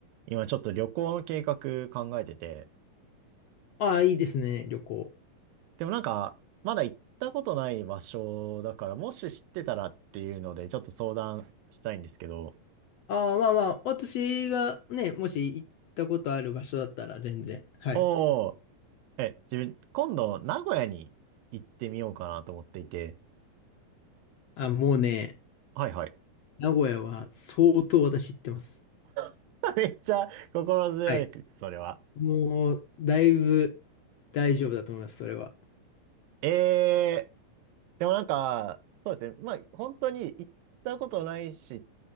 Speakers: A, on the right (about 80°); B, on the left (about 70°).
A: 今ちょっと旅行の計画考えてて、
B: ああ、いいですね、旅行。
A: でもなんか、まだ行ったことない場所だから、もし知ってたらっていうので、ちょっと相談したいんですけど、
B: ああ、まあまあ、私がね、もし行ったことある場所だったら全然。はい。
A: おー、え、自分、今度、名古屋に行ってみようかなと思っていて、
B: あ、もうね、
A: はいはい。
B: 名古屋は相当私行ってます。
A: <laughs> めっちゃ心強い、
B: はい。
A: それは。
B: もう、だいぶ大丈夫だと思います、それは。
A: えー、でもなんか、そうですね。まあ、本当に行ったことないし、